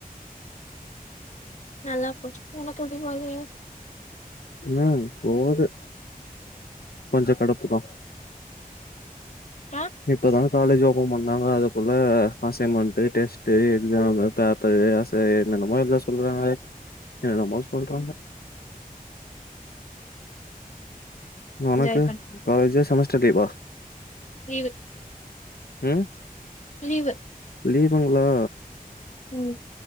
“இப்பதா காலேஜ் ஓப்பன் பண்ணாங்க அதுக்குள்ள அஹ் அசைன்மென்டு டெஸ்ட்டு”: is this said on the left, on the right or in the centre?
Left